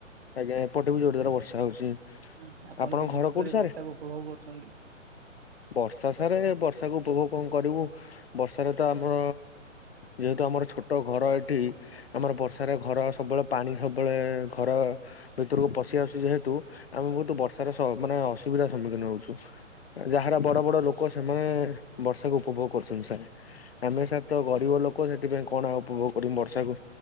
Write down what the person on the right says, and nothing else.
ଆଚ୍ଛା ଆପଣ
କେମିତି
କିପରି
ବର୍ଷାକୁ ଉପଭୋଗ କରୁଛନ୍ତି?